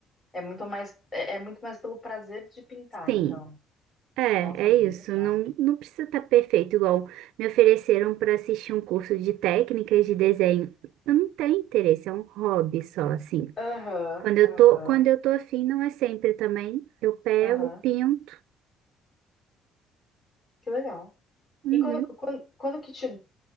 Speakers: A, on the left (about 25°); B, on the right (about 80°).
A: É muito mais, é é muito mais pelo prazer de pintar,
B: Sim,
A: então.
B: é,
A: Nossa, bem
B: é isso.
A: legal.
B: Não, não precisa estar perfeito, igual me ofereceram para assistir um curso de técnicas de desenho. Eu não tenho interesse, é um hobby só, assim.
A: Aham,
B: Quando eu
A: aham,
B: tô, quando eu tô afim, não é sempre também. Eu pego,
A: aham.
B: pinto.
A: Que legal.
B: Uhum.
A: E quando, quando, quando que te,